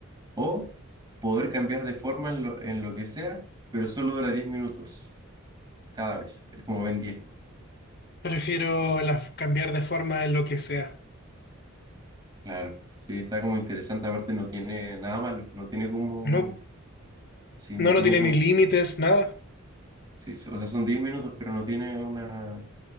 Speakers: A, on the right (about 20°); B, on the left (about 50°).
A: ¿O poder cambiar de forma en lo, en lo que sea, pero solo dura 10 minutos cada vez? Es como ven diez ¿no?
B: Prefiero las cambiar de forma en lo que sea.
A: Claro. Sí, está como interesante. Aparte, no tiene nada malo. No tiene como...
B: No,
A: Sí,
B: no,
A: no
B: no
A: tiene
B: tiene
A: como...
B: ni límites, nada.
A: Sí, o sea, son 10 minutos, pero no tiene una...